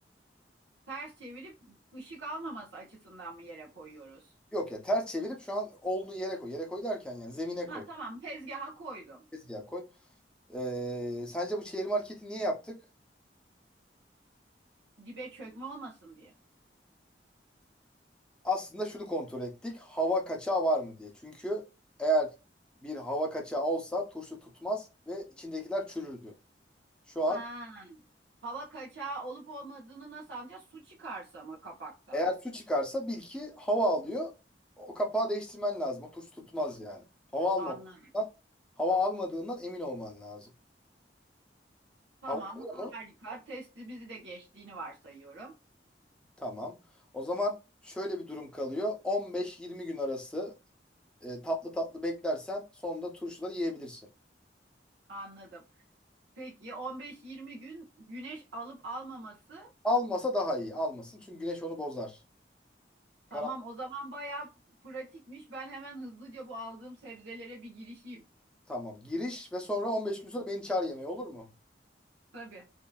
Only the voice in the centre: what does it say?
Yok ya ters çevirip şu an olunu yere koy. Yere koy derken yani zemine
koy.
Tezgaha koy. Ee, sence bu çevir marketi niye yaptık?
Aslında şunu kontrol ettik. Hava kaçağı var mı diye. Çünkü eğer bir hava kaçağı olsa turşu tutmaz ve içindekiler çürürdü. Şu an
eğer su çıkarsa bil ki hava alıyor. O kapağı değiştirmen lazım. O turşu tutmaz yani. Hava almamasından,
hava almadığından emin olman lazım.
Hava alıyor mu?
Tamam. O zaman şöyle bir durum kalıyor. 15-20 gün arası e, tatlı tatlı beklersen sonunda turşuları yiyebilirsin.
Almasa daha iyi. Almasın çünkü güneş onu bozar. Karan-
Tamam. Giriş ve sonra 15 gün sonra beni çağır yemeğe olur mu?